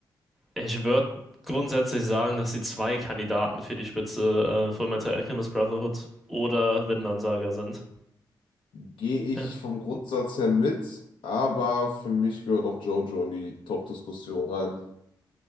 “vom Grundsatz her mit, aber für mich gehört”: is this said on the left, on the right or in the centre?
Left